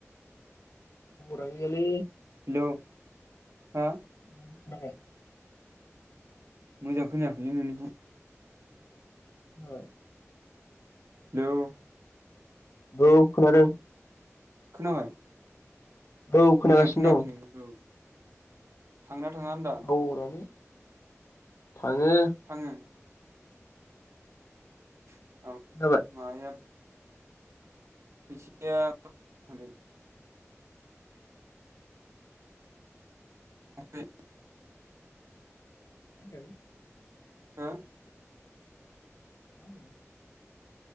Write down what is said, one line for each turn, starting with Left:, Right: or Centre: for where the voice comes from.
Left: थावारानो गैयालै
Right: हेलौ हा
Left: <unintelligible>
Right: मोजां खोनायाखैलै नोंनिखौ
Left: ओ <inaudible>
Right: हेलौ
Left: औ खोनादों।
Right: खोनाबाय
Left: औ खोनागासिनो
Right: मोजां खोनायाखै
Left: दं
Right: नोंनिखौ थांना थाङा होनदां
Left: औ रानि थाङो।
Right: थाङो <unintelligible>
Left: खोनाबाय
Right: मायाब फैसाया थांदों <unintelligible>
Left: मा होनदों
Right: हा
Left: <inaudible>